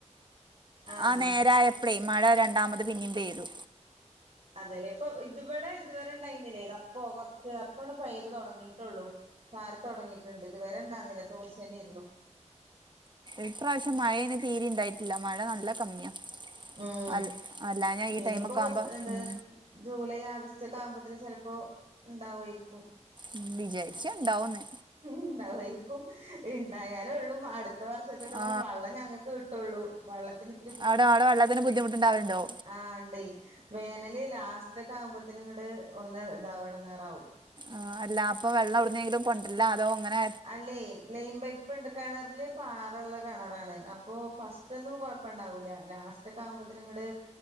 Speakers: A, on the right; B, on the right.
A: ആഹ്
B: ആ നേരായപ്പളേ മഴ രണ്ടാമത് പിന്നിം പെയ്തു.
A: അതെല്ലേ ഇപ്പൊ ഇത്ഇവിടെ ഇതുവരെ ഇണ്ടായിനീലെയ് ദാ ഇപ്പൊ കൊറച്ച് അപ്പണ്ട് പെയ്യല് തുടങ്ങിയിട്ടുള്ളൂ. ചാറി തുടങ്ങിയിട്ടുണ്ട് ഇതുവരെ ഇണ്ടാർന്നില തോർച്ചന്നെയ്രുന്നു.
B: ഇപ്രാവശ്യം മഴ ന് തീരെ ഇണ്ടായിട്ടില്ല മഴ നല്ല കമ്മിയാ
A: ഉം
B: അൽ അല്ലാഞ്ഞാ ഈ
A: ഇനിയിപ്പോ
B: ടൈമൊക്കെ ആകുമ്പോ
A: എന്താ
B: ഉം
A: ജൂലൈ, ആഗസ്റ്റ്, ഒക്കെ ആകുമ്പത്തിന് ചിലപ്പോ ഇണ്ടാവായിരിക്കും
B: ഉം വിജാരിച്ച ഇണ്ടാവൂന്ന്
A: ഉണ്ടാവായിരിക്കും ഇണ്ടായാലേ ഉള്ളു അടുത്ത വർഷത്തക്കുള്ള
B: ആ,
A: വള്ളം ഞങ്ങക്ക് കിട്ടൊള്ളു വള്ളത്തിന്
B: ആടെ ആടെ വള്ളത്തിന് ബുദ്ധിമുട്ട് ഉണ്ടാവലുണ്ടോ
A: ആഹ് ഇണ്ടെയ് വേനല് ലാസ്റ്റ് ഒക്കെ ആകുമ്പത്തിന് ഇങ്ങട് ഒന്ന് താവും എടങ്ങേറാവും
B: ആഹ് അല്ല അപ്പൊ വെള്ളം എവിട്നേലും കൊണ്ടരലാ അതോ ഇങ്ങനെ
A: അല്ലേയ് ലൈൻ പൈപ്പ് പ്പണ്ട് കിണറില് പാറള്ള കിണറാണ് അപ്പോ ഫസ്റ്റ് ഒന്നും കുഴപ്പം ഉണ്ടാവൂല ലാസ്റ്റ് റ്റൊക്കാവുമ്പത്തിന് ഇങ്ങട്